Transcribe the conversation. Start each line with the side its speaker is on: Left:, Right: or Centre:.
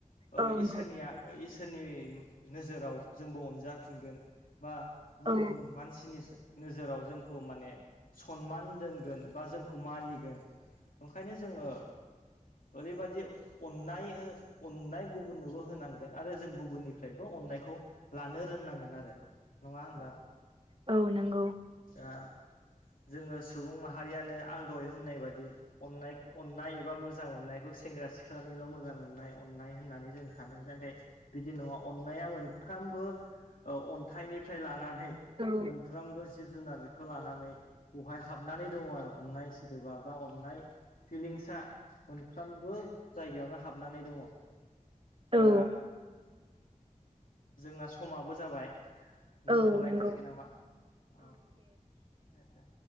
Left: ओ
Right: औ
Left: इसोरनिया
Right: नंगौ
Left: इसोरनि नोजोराव जोंबो अनजाफिनगोन बा गुबुन
Right: औ
Left: मानसिनिसो नोजोराव जोंखौ माने सनमान दोनगोन बा जोंखौ मानिगोन। ओंखायनो जोङो ओरैबादि अननाय अननाय गुबुननोबो होनां आरो जों गुबुननिफ्रायबो अननायखौ लानो रोंनांगोन आरो। नङा होनबा
Right: औ नंगौ
Left: आ। जोङो सुबुं माहारियानो आं दहाय होननाय बायदि अनाय अन्नाय ओ मोजां मोननायखौ सेंग्रा सिख्लानिल' मोजां मोननाय अननाय होननानै जों सानो जाहाथे बिदि नङा अन्नाया मोनफ्रामबो ओ अन्थाइनिफ्राय लानानै
Right: औ
Left: साफ्रोमबो जिब जुनारखौ लानानै बेवहाय हाबनानै दङ आरो अन्नाय सोदोबा बा अननाय फिलिंसआ मोनफ्रोमबो जायगायावनो हाबनानै दङ
Right: औ
Left: दा जोंना समाबो जाबाय दोनथ'लायनोसै
Right: औ नंगौ
Left: नामा औ दे दे